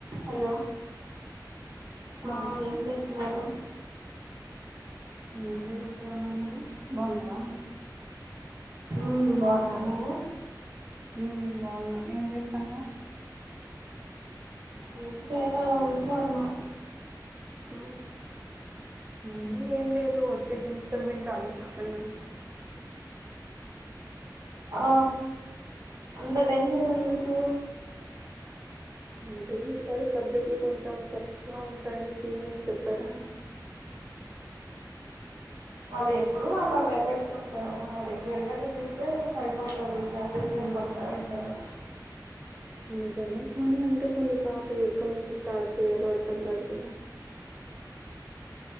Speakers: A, on the right; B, on the right.
A: హలో
B: బాగున్నావా
A: ఆ ఏం చేస్తున్నారు
B: ఏం లేదు ఊరికే ఉన్న నువ్వు బాన్నావా
A: ఉ బాన్నా నువ్వు
B: ఉ బాన్నా ఏం చేస్తున్నావ్
A: ఏం చేయలే ఊరికే ఉన్నా
B: ఉ నేను ఏం లేదు వచ్చే సెమిస్టర్ గురించి ఆలోచిస్తున్నాను
A: ఆ అంత టెన్షన్ ఎందుకు
B: అంటే ఈసారి సబ్జెక్ట్లు కొంచెం టఫ్ గా ఉంటాయని సీనియర్స్ చెప్పారా
A: వాళ్లు ఎప్పుడుూ అలా భయపెడుతూ ఉంటారు మనం రెగ్యులర్ గా చదివితే సరిపోతది ఈ క్లాసెస్ విన్ కుంటా ఇవ్వరు
B: నిజమే కానీ అంటే కొన్నిసార్లు ఎక్కడి నుంచి స్టార్ట్ చేయాలో అర్థం కాదు కదా